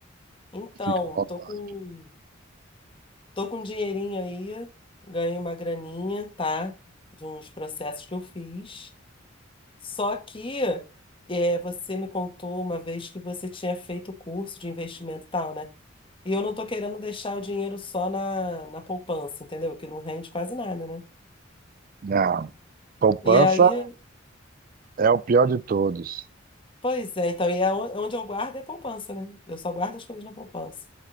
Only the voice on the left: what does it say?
Então,
tô com, tô com um dinheirinho aí, ganhei uma graninha, tá? De uns processos que eu fiz. Só que é, você me contou uma vez que você tinha feito curso de investimento e tal, né? E eu não tô querendo deixar o dinheiro só na, na poupança, entendeu? Que não rende quase nada, né?
E aí,
pois é, então, e é on- onde eu guardo é a poupança, né? Eu só guardo as coisas na poupança.